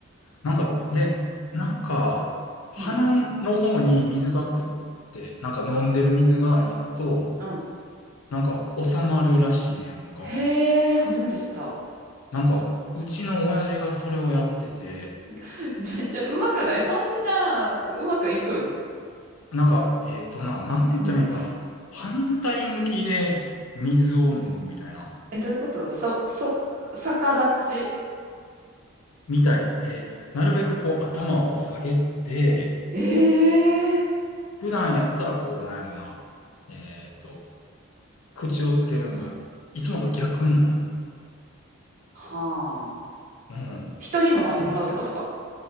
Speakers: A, on the left (about 80°); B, on the right (about 40°).
A: なんか、で、なんか、鼻の方に水がくって、
B: うん。
A: なんか飲んでる水が行くと、
B: うん。
A: なんか収まるらしいねなんか。
B: へえ、初めて知った。
A: なんか、うちの親父がそれをやってて、
B: <laughs> めっちゃうまくないそんな、うまくいくん。
A: なんか、えっとな、なんて言ったらいいんかな。
B: うん
A: 反対向きで水を飲むみたいな。
B: え、どういうことそ、そ、逆立ち。
A: みたい。えーなるべくこう頭を下げて、
B: ええー
A: 普段やったらこう、なんやろな。えっと、口をつけるんが、いつもと逆になる。
B: はあ。
A: うん。
B: 人に飲ましてもらうってことか。
A: え